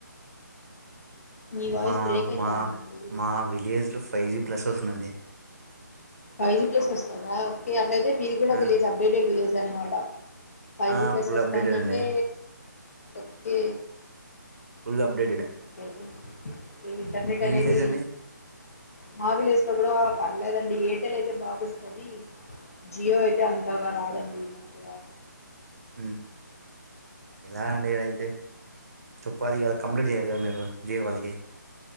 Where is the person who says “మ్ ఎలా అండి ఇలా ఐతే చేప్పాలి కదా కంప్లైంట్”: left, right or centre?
Right